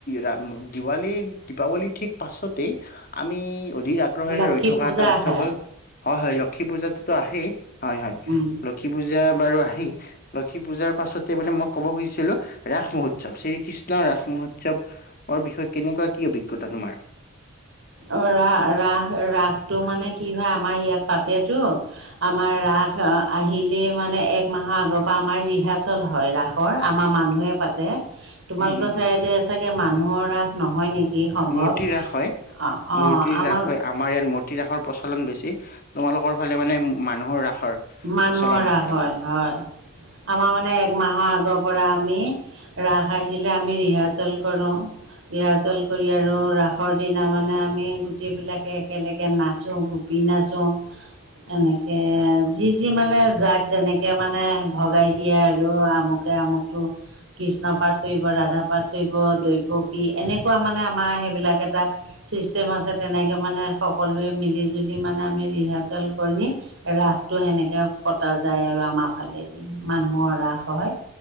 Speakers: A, on the left (about 45°); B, on the right (about 70°).
A: ৰা দিৱালীৰ দীপাৱলী ঠিক পাছতেই আমি দি আগ্ৰহেৰে
B: লক্ষী
A: ৰৈ থকা
B: পূজা
A: এটা উৎসৱ
B: আহে
A: হ'ল হয় হয় লক্ষী পূজাতোটো আহেই হয় হয়
B: উম
A: লক্ষী পূজা বাৰু আহেই লক্ষী পূজাৰ পাছতে মানে মই ক'ব খুজিছিলো ৰাস মহোৎসৱ শ্ৰীকৃষ্ণ ৰাস মহোৎসৱ অৰ বিষয়ে কেনেকুৱা কি অভিজ্ঞতা তোমাৰ
B: অ ৰা ৰাস ৰাসটো মানে কি হয় আমাৰ ইয়াত পাতেতো আমাৰ ৰাস অ আহিলেই মানে এক মাহৰ আগৰ পা আমাৰ ৰিহাৰ্চল হয় ৰাস কৰ আমাৰ মানুহে পাতে তোমালোকৰ
A: উম উম উম
B: চাইদে চাগে মানুহৰ ৰাস নহয় নেকি সম্ভৱ
A: মূৰ্তি ৰাস হয়
B: অঁ অঁ
A: মূৰ্তি
B: আমাৰ
A: ৰাস হৈ আম মাৰ ইয়াত মূৰ্তি ৰাসৰ প্ৰচলন বেছি তোমালোকৰ ফালে মানে উম মানুহৰ ৰাসৰ
B: মানুহৰ
A: প্ৰচলন
B: ৰাস
A: আছে
B: হয় হয় আমাৰ মানে একমাহৰ আগৰ পৰা আমি ৰাস আহিলে আমি ৰিহাৰ্চেল কৰোঁ ৰিহাৰ্চল কৰি আৰু ৰাসৰ দিনা মানে আমি গোটেইবিলাকে একেলেগে নাচো গো পি নাচো এনেকে যি যি মানে জাক যেনেকে মানে ভগাই দিয়ে আৰু আমুকে আমুকটো কৃষ্ণ পাঠ কৰিব ৰাধা পাঠ কইব দৈৱকী এনেকুৱা মানে আমাৰ সেইবিলাক এটা ছিষ্টেম আছে তেনেকৈ মানে সকলোৱে মিলি জুলি মানে আমি ৰিহাৰ্চেল কৰি ৰাখ তো সেনেকে আৰু পতা যায় আৰু আমাৰ ফালেদি মানুহৰ ৰাস হয়